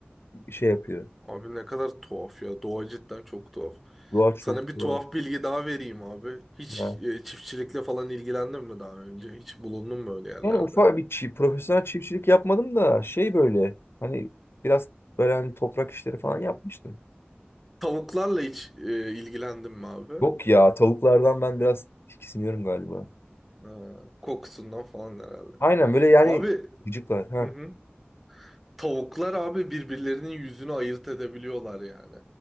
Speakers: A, on the left (about 70°); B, in the centre.
A: şey yapıyor.
B: Abi ne kadar tuhaf ya. Doğa cidden çok tuhaf.
A: Doğa çok
B: Sana bir
A: kral.
B: tuhaf bilgi daha vereyim abi. Hiç
A: Ya.
B: e, çiftçilikle falan ilgilendin mi daha önce? Hiç bulundun mu öyle yerlerde?
A: Yani ufak bir çi- profesyonel çiftçilik yapmadım da şey böyle hani biraz böyle hani toprak işleri falan yapmıştım.
B: Hı. Tavuklarla hiç e, ilgilendin mi abi?
A: Yok ya tavuklardan ben biraz tiksiniyorum galiba.
B: Ha, kokusundan falan herhalde.
A: Aynen böyle yani
B: Abi
A: gıcıklar. Ha.
B: hı hı. Tavuklar abi birbirlerinin yüzünü ayırt edebiliyorlar yani.